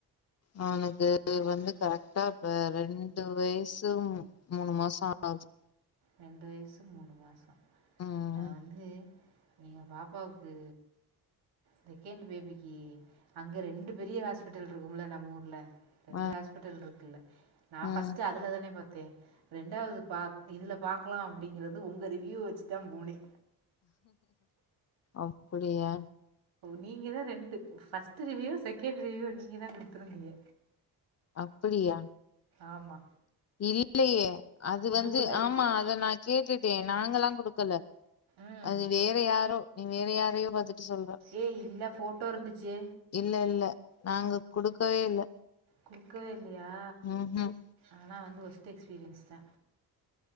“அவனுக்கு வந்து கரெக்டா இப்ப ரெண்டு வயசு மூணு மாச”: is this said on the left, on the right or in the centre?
Left